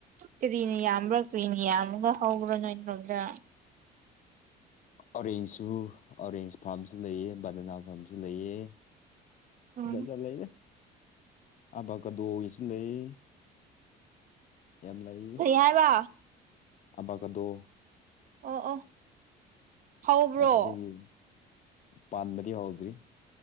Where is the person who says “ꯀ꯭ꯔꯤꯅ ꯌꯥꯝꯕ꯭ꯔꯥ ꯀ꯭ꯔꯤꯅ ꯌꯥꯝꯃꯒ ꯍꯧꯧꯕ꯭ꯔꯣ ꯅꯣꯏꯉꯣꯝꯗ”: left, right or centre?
Right